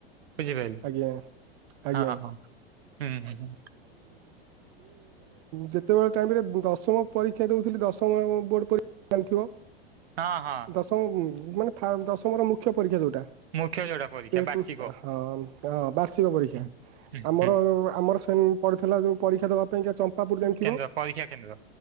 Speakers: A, on the right (about 80°); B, on the right (about 45°).
A: ବୁଝିପାରିଲେ
B: ଆଜ୍ଞା ଆଜ୍ଞା।
A: ହଁ ହଁ ହୁଁ ହୁଁ
B: ଯେତେବେଳେ ଟାଇମ୍ ରେ ମୁଁ ଦଶମ ପରୀକ୍ଷା ଦେଉଥିଲି ଦଶମ ବୋଡ଼ ପରୀକ୍ଷା। <unintelligible> ଜାଣିଥିବ
A: ହଁ ହଁ
B: ଦଶମ ଉଁ ଦଶମ ର ମୂଖ୍ୟ ପରୀକ୍ଷା ଯୋଉଟା।
A: ମୁଖ୍ୟ ଯୋଉଟା ପରୀକ୍ଷା
B: ଟା <unintelligible>
A: ବାର୍ଷିକ
B: ହଁ। ହଁ ବାର୍ଷିକ ପରୀକ୍ଷା
A: ହୁଁ ହୁଁ
B: ଆମର
A: ହୁଁ
B: ଆମର ସେନ ପଡ଼ିଥିଲା ଯୋଉ ପରୀକ୍ଷା ଦବା ପାଇଁ କା ଚମ୍ପାପୁର୍ ଜାଣିଥିବ
A: କେନ୍ଦ୍ର ପରୀକ୍ଷା କେନ୍ଦ୍ର